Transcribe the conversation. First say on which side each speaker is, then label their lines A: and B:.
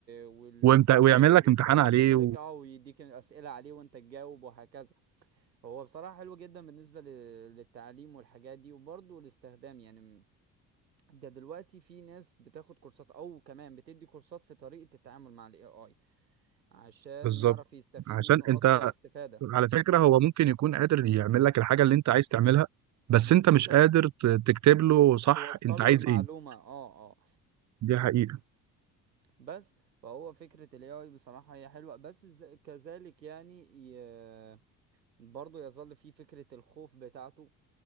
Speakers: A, on the right; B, on the right.
A: والحاجات
B: وامت... ويعمل
A: اللي
B: لك امتحان
A: انت وتاخد
B: عليه
A: بالك اه ويديك اسئله عليه وانت تجاوب وهكذا هو بصراحه حلو جدا بالنسبه ل... للتعليم والحاجات دي وبرضه الاستخدام يعني ده دلوقتي في ناس بتاخد كورسات او كمان بتدي كورسات في طريقه التعامل مع الاي اي عشان
B: بالظبط
A: يعرف يستفيد
B: عشان
A: منه
B: انت
A: اكتر استفادة
B: على فكرة هو ممكن يكون قادر يعمل لك الحاجة اللي انت عايز تعملها بس
A: بس
B: انت
A: انت
B: مش
A: ال-
B: قادر ت- تكتب له صح
A: توصل
B: انت عايز
A: له المعلومة
B: ايه
A: اه اه
B: دي حقيقة
A: بس فهو فكرة ال AI بصراحة هي حلوة بس ز- كذلك يعني ي... برضه يظل فيه فكرة الخوف بتاعته